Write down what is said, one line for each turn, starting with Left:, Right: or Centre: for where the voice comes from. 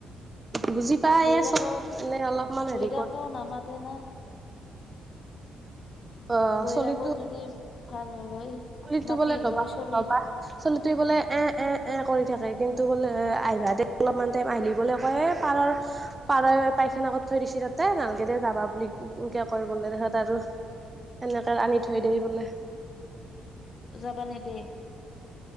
Right: বুজি পায়ে
Left: বহি থাকক,
Right: চব এনে অলপমান হেৰি
Left: থাকক
Right: কৰ
Left: নামাতে না।
Right: অ
Left: বহিথাকক
Right: চলিটো
Left: যদি ভাল। হ'ল হয়
Right: চলিটো
Left: মাতিল
Right: বোলে নবা
Left: হয় চলি
Right: নবা, চলি ত বোলে এ এ এ। কৰি থাকে কিন্তু বোলে আহিবা দে অলপমান টাইম আহিলেও বোলে কয়, এ পাৰ হ, পাৰ হৈ পাইছ। লগত থৈ দিছি তাতে, নালগে দে যাবা বুলি হিংসা কৰে বোলে সিহঁত আৰু। সেকে আনি থৈ দিবি বোলে।
Left: যাবানে নেদে